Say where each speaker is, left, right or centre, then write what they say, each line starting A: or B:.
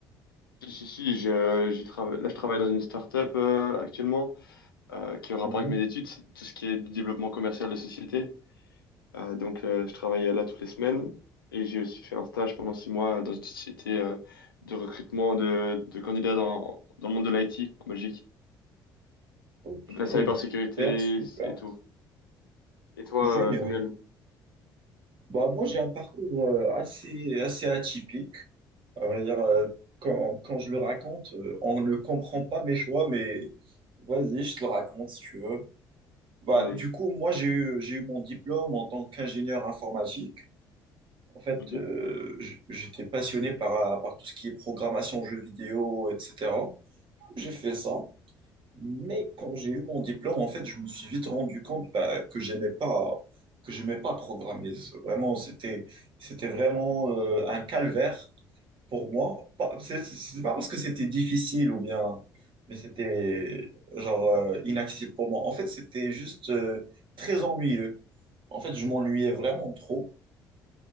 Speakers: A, on the left; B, on the right.
A: Si, si, si, je, j'ai trava- là je travaille dans une start-up euh, actuellement euh, qui est en rapport
B: Mhm.
A: avec mes études, c'est tout ce qui est du développement commercial de société. Euh, donc, euh, je travaillais là toutes les semaines et j'ai aussi fait un stage pendant six mois dans une société euh, de recrutement de, de candidats dans, dans le monde de l'IT en Belgique.
B: Ok,
A: Donc, la cybersécurité
B: super, super,
A: et tout. Et toi,
B: génial.
A: euh, Samuel?
B: Bah, moi, j'ai un parcours euh, assez, assez atypique. À vrai dire, euh, quand, quand je le raconte, euh, on ne comprend pas mes choix, mais vas-y, je te le raconte si tu veux. Bah,
A: Allez.
B: du coup, moi, j'ai eu, j'ai eu mon diplôme en tant qu'ingénieur informatique. En fait,
A: Ok.
B: euh, j- j'étais passionné par, par tout ce qui est programmation, jeux vidéo, etc. J'ai fait ça. Mais quand j'ai eu mon diplôme, en fait, je me suis vite rendu compte bah, que j'aimais pas, que j'aimais pas programmer. Vraiment, c'était, c'était vraiment euh, un calvaire pour moi, pas- c'est c'est pas parce que c'était difficile ou bien, mais c'était genre euh, inaccessible pour moi. En fait, c'était juste euh, très ennuyeux. En fait, je m'ennuyais vraiment trop.